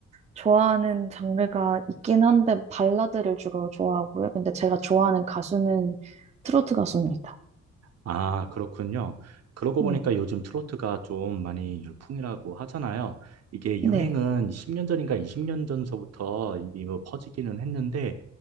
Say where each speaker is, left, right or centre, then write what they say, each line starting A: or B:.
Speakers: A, on the right; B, on the right.
A: 좋아하는 장르가 있긴 한데, 발라드를 주로 좋아하고요. 근데 제가 좋아하는 가수는 트로트 가수입니다.
B: 아, 그렇군요. 그러고
A: 네,
B: 보니까 요즘 트로트가 좀 많이 열풍이라고 하잖아요. 이게
A: 네,
B: 유행은 10년 전인가 20년 전서부터 이미 뭐 퍼지기는 했는데